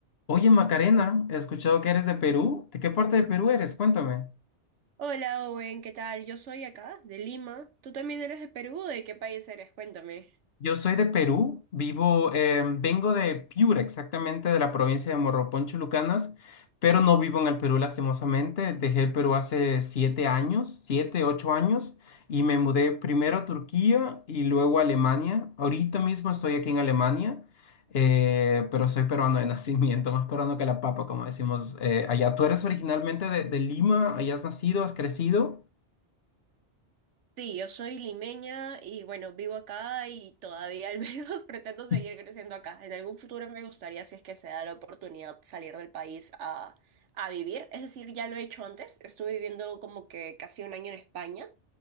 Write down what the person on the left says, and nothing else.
Oye, Macarena, he escuchado que eres de Perú. ¿De qué parte de Perú eres? Cuéntame.
Yo soy de Perú, vivo, em, vengo de Piura, exactamente de la provincia de Morropón, Chulucanas, pero no vivo en el Perú, lastimosamente. Dejé el Perú hace siete años, siete, ocho años, y me mudé primero a Turquía y luego a Alemania. Ahorita mismo estoy aquí en Alemania, eh, pero soy peruano de <laughs> nacimiento, más peruano que la papa, como decimos eh, allá. ¿Tú eres originalmente de, de Lima? ¿Allá has nacido? ¿Has crecido?
<laughs>